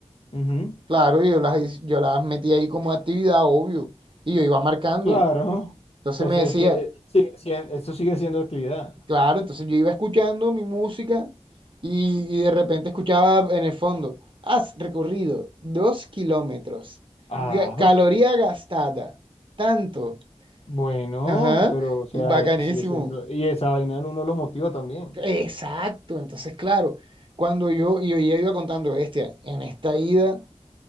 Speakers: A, on the left (about 70°); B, on the right (about 50°).
A: Ujú.
B: Claro, yo las, yo las metí ahí como actividad, obvio, y yo iba marcando.
A: Claro.
B: Entonces
A: Pues
B: me
A: es
B: decía,
A: que eh, sigue sien- eso sigue siendo actividad.
B: Claro, entonces yo iba escuchando mi música y, y de repente escuchaba en el fondo, has recorrido dos kilómetros,
A: Ah,
B: ga- caloría
A: jue-
B: gastada, tanto,
A: bueno,
B: ajá,
A: pero o sea,
B: y bacanísimo.
A: es que sigue siendo. Y esa vaina uno lo motiva también.
B: Exacto, entonces claro, cuando yo, y yo ya iba contando, bestia, en esta ida